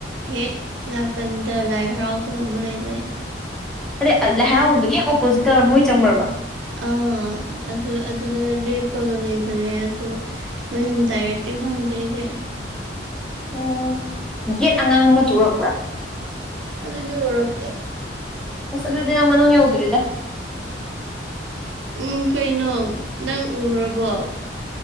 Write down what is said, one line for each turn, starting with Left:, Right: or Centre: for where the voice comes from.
Right: ꯍꯦꯛ ꯅꯥꯀꯟꯗ ꯂꯥꯏ ꯍꯔꯥꯎꯐꯝ ꯑꯃ ꯂꯩꯕꯅꯦ
Centre: ꯑꯗꯩ ꯂꯩꯍꯥꯎꯗꯨꯒꯤ ꯍꯦꯛ ꯑꯣꯄꯣꯖꯤꯠ ꯇꯔꯣ ꯃꯣꯏ ꯆꯪꯕ꯭ꯔꯕ
Right: ꯑꯥ ꯑꯗꯨ ꯑꯗꯨꯗ ꯂꯦꯞꯄꯒ ꯂꯩꯕꯅꯦ ꯑꯗꯣ ꯃꯌꯨꯝ ꯗꯥꯏꯔꯦꯛꯇꯤ ꯈꯪꯗꯦ ꯑꯩꯗꯤ
Centre: ꯎꯝ ꯒꯦꯠ ꯑꯉꯥꯡꯕ ꯃꯆꯨ ꯎꯔꯛꯄ꯭ꯔꯥ
Right: ꯑꯗꯨꯗꯤ ꯎꯔꯛꯇꯦ
Centre: ꯑꯁ ꯑꯗꯨꯗꯤ ꯅꯪ ꯃꯅꯨꯡ ꯌꯧꯗ꯭ꯔꯤꯗ
Right: ꯎꯝ ꯀꯩꯅꯣ ꯅꯪ ꯎꯔꯕꯣ